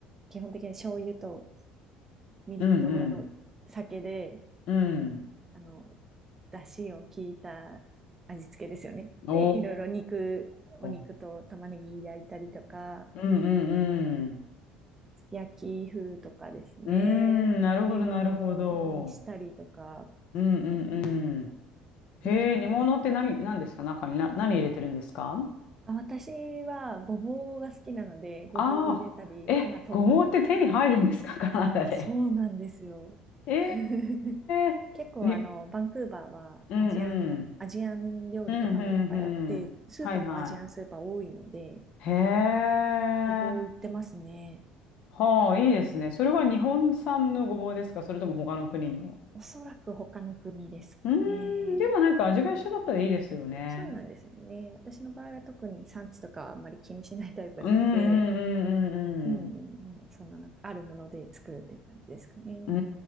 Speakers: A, on the right; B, on the left.
A: 基本的に醤油とみりんと酒で、
B: うんうん。うん。
A: あの、出汁を効いた味付けですよね。
B: お
A: で、いろいろ肉、お肉と玉ねぎ焼いたりとか、
B: ー。うんうんうん。
A: すき焼き風とかですね。
B: うーん、なるほど、
A: 煮物にしたりとかっ
B: なるほど。うんうんうん。へえ、
A: ていうところですね。
B: 煮物って何、何ですか中にな、何入れてるんですか
A: あ、私はごぼうが好きなので、ごぼうを入れたり、
B: ああー。え、
A: まあ豆腐とかですね。
B: ごぼうって手に入るんですかカナダ <laughs> で。
A: そうなんですよ。
B: え
A: <laughs>
B: えー。
A: 結構あの、
B: に、
A: バンクーバーはアジアンの、
B: うんうん。
A: アジアン料理とかもいっぱいあって、
B: うんうんうん。
A: スーパーもアジアンスーパー多いので、
B: はいはい。へえ。
A: ごぼう売ってますね。
B: はあ、いいですね。それは日本産のごぼうですかそれとも他の国の
A: おそらく他の国ですかね。
B: うーん、でもなんか味が一緒だったらいいですよね。
A: そうなんですよね。私の場合は特に産地とかはあんまり気にしないタイプなので、
B: うんうんうんうん
A: うんうんうん、そのなんかあるもので作るっていう感じですかね。
B: うん。